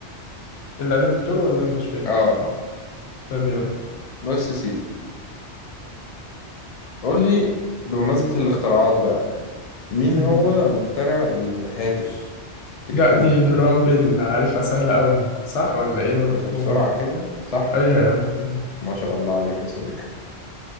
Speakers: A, on the left; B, on the left.
A: اللي عليك الدور ولا انا مش فاكر
B: اه
A: طب يلا
B: بص يا سيدي قول لي بمناسبة الاختراعات بقى مين
A: مم.
B: هو مخترع الهاتف تليفون
A: لا دي جرامبل عارفها سهلة قوي صح ولا ايه ولا-
B: كده بسرعة كده صح
A: ايوه يا عم
B: ما شاء الله عليك يا صديقي